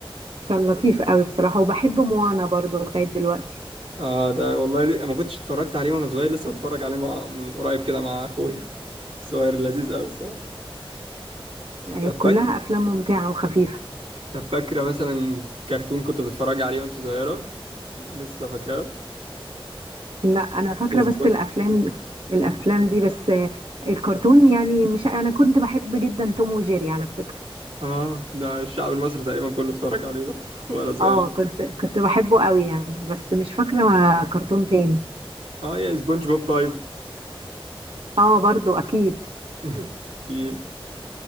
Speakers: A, on the right (about 65°); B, on the right (about 85°).
A: كان لطيف قوي بصراحة وبحب موانا برضو لغاية دلوقتي
B: اه ده والله لي... ما كنتش اتفرجت عليه وانا صغير لسه بتفرج عليه مع... من قريب كده مع اخويا <laughs> الصغير لذيذ قوي الصراحه
A: أي
B: طب
A: كلها
B: فاك...
A: أفلام ممتعة وخفيفة
B: طب فاكره مثلا كرتون كنت بتتفرج عليه وانت صغيره لسه فاكراه
A: لا أنا فاكرة
B: سبون...
A: بس الأفلام الأفلام دي بس آه، الكرتون يعني مش أنا كنت بحب جدا توم وجيري على فكرة
B: اه ده الشعب المصري تقريبا كله اتفرج عليه ده <laughs> وانا صغير
A: اه كنت كنت بحبه قوي يعني بس مش فاكرة كرتون تاني
B: اه يا سبونج بوب طيب
A: اه برضو أكيد
B: <laughs> اكيد